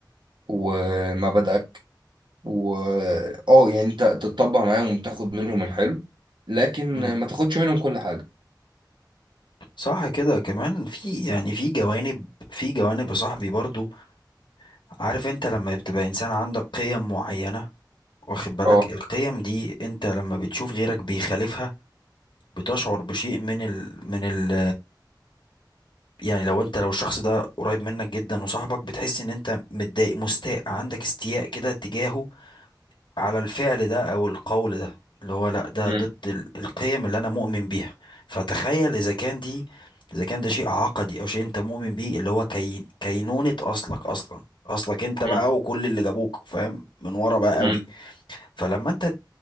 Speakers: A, on the right; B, on the left.
A: ومبادئك و اه يعني انت تتطبع معاهم وتاخد منهم الحلو لكن
B: امم
A: ما تاخدش منهم كل حاجة
B: صح كده كمان في يعني في جوانب في جوانب يا صاحبي برضو عارف انت لما بتبقى انسان عندك قيم معينة واخد بالك
A: اه
B: القيم دي انت لما بتشوف غيرك بيخالفها بتشعر بشيء من ال من ال يعني لو انت لو الشخص ده قريب منك جدا وصاحبك بتحس ان انت متضايق مستاء عندك استياء كده تجاهه على الفعل ده او القول ده اللي هو لا ده
A: مم.
B: ضد ال- القيم اللي انا مؤمن بيها فتخيل اذا كان دي اذا كان ده شيء عقدي او شيء انت مؤمن بيه اللي هو كي كينونة اصلك اصلا اصلك انت
A: مم.
B: بقى وكل اللي جابوك فاهم من ورا بقى
A: مم.
B: قوي فلما انت